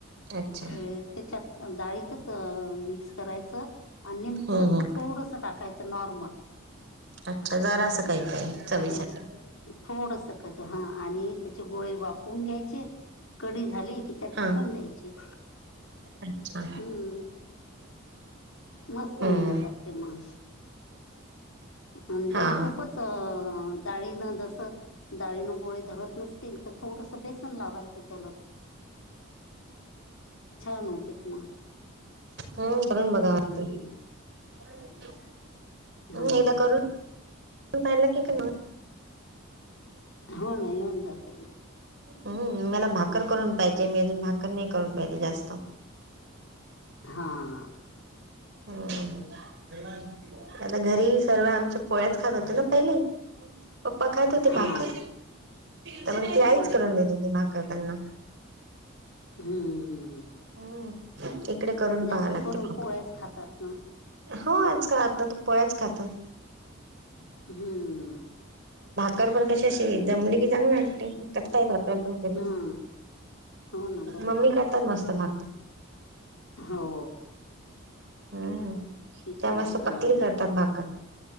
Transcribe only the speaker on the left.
त्याच्यात दाळीच अ मिक्स करायचं आणि निंबु
सत्व
थोडस टाकायचं नॉर्मल.
त्याच थोडस ह आणि त्याचे गोळे वाफवुन घ्यायचे कडी झाली की त्यात
टाकून द्यायचे.
हम्म मस्त होऊन
जातात ते मग. आणि जर
खूपच डाळीन ज डाळीन गोळे धरत नसतील, त थोडस बेसन लावायचं त्यालाच. छान होतेत मग.
हम्म
हा
हो ना येऊन जातय.
हां.
हा
असं
हम्म हम्म.
जास्त
करून
पोळ्याच खातात ना.
हम्म.
हम्म हो ना बरोबर
हो.
ती करते
चांगली.